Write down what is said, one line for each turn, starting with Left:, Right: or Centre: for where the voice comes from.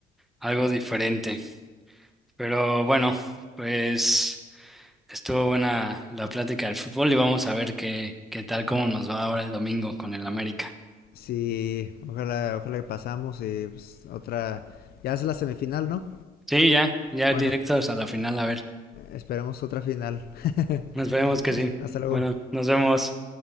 Centre: algo diferente. Pero bueno, pues estuvo buena la plática del fútbol y vamos a ver qué, qué tal, cómo nos va ahora el domingo con el América.
Left: sí, ojalá, ojalá que pasamos y pues otra, ya es la semifinal, ¿no?
Centre: Sí, ya, ya
Left: Bueno,
Centre: directos a la final, a ver.
Left: esperemos otra final. <laughs>
Centre: Nos vemos que
Left: Hasta
Centre: sí.
Left: hasta luego.
Centre: Bueno, nos vemos.